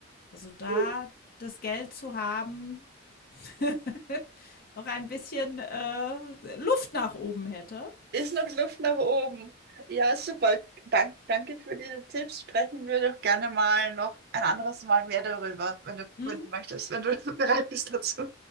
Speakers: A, on the left (about 45°); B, on the right (about 50°).
A: Also, da
B: So,
A: das Geld zu haben <laughs> Noch ein bisschen, äh, Luft nach oben hätte.
B: Ist noch Luft nach oben. Ja, super. Dank, danke für diese Tipps. Sprechen wir doch gerne mal noch ein anderes Mal mehr darüber, wenn du,
A: Mhm.
B: wenn du möchtest, wenn du <laughs> bereit bist dazu.